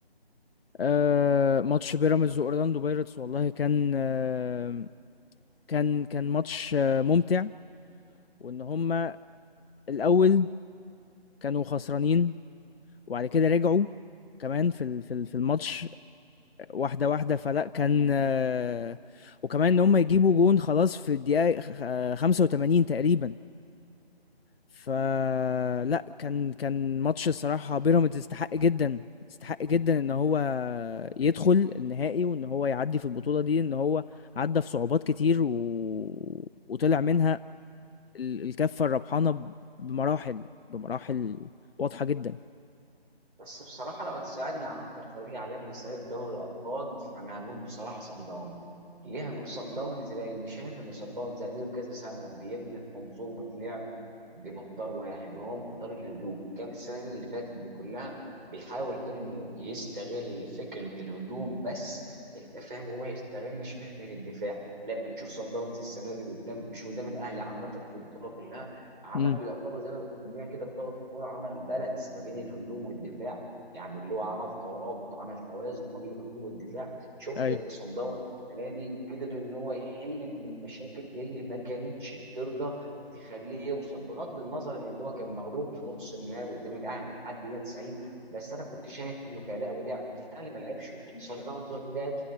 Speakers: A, on the left; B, on the right.
A: آه ماتش بيراميدز واورلاندو بايرتس والله كان آه كان كان ماتش آه ممتع وان هما الاول كانوا خسرانين وبعد كده رجعوا كمان في ال- في ال- في الماتش واحده واحده فلا كان آه وكمان ان هما يجيبوا جون خلاص في الدقيقه خ- آه، 85 تقريبا فلا كان كان ماتش الصراحة بيراميدز استحق جدا استحق جدا ان هو يدخل النهائي وان هو يعدي في البطولة دي ان هو عدى في صعوبات كتير و... وطلع منها ال- الكفة الربحانة ب- بمراحل بمراحل واضحة جدا
B: بس بصراحة لو هتسألني عن أكتر فريق عجبني السنة دي في دوري الأبطال فأنا هقول بصراحة صن داونز. ليه هقول صن داونز؟ لأني شايف إن صن داونز زي كذا سنة بيبني في منظومة لعب بمقدار واحد وهو مقدار الهجوم كان السنة اللي فاتت دي كلها بيحاول انه يستغل فكرة الهجوم بس انت فاهم هو ما يستغلش فكرة الدفاع لا بنشوف صن داونز السنة دي قدام مش قدام الاهلي عامة في البطولة كلها عمل
A: امم
B: يعتبر زي ما بنسميها كده في لغة الكورة عمل بالانس ما بين الهجوم والدفاع يعني اللي هو عمل ترابط عمل توازن ما بين الهجوم والدفاع شفنا
A: ايوه
B: ان صن داونز السنة دي قدر ان هو يحل من المشاكل اللي ما كانتش بترضى تخليه يوصل بغض النظر ان هو كان مغلوب في نص النهائي قدام الاهلي لحد دقيقه 90 بس انا كنت شايف انه كاداء ولعب الاهلي ما لعبش صن داونز لعب